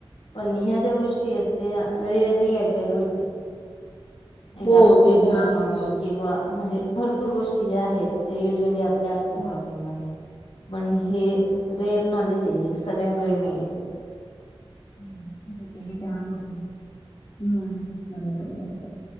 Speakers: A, on the left; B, on the left.
A: पण ह्याच ज्या गोष्टी येत त्या रिअरली ऐकायला भेटतात. नाय
B: हो,
A: त आपण
B: ते
A: फिरणं
B: तर आहेच आहे.
A: किंवा म्हणजे भरपूर गोष्टी ज्या आहेत ते युजवली आप आपल्या असतात
B: हो.
A: टॉकिंग मध्ये, पण हे
B: हं,
A: रेअर नॉलेज ये सगळ्यांकडे नाहीेये.
B: हूं जसं हे
A: हं.
B: त आम्हीच ये, बरोबर
A: हं.
B: ये बरोबर ये.